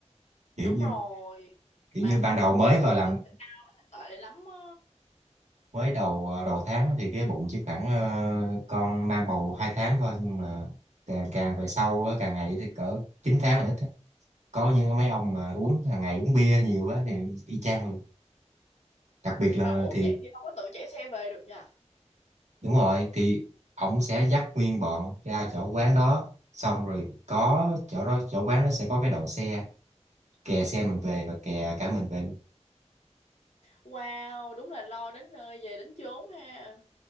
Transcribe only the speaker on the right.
kiểu
như
kiểu
như
ban đầu mới
vào
làm
mới đầu ờ, đầu tháng thì cái bụng chỉ khoảng ờ, con mang bầu hai tháng thôi nhưng mà càng, càng về sau á, càng ngày thì cỡ 9 tháng nữa có những mấy ông mà uống
hàng ngày uống bia nhiều quá thì y chang luôn đặc biệt
là
thì
đúng rồi thì ổng sẽ dắt nguyên bọn ra chỗ quán đó xong rồi có chỗ đó chỗ quán nó sẽ có cái đậu xe kè xe mình về và kè cả mình về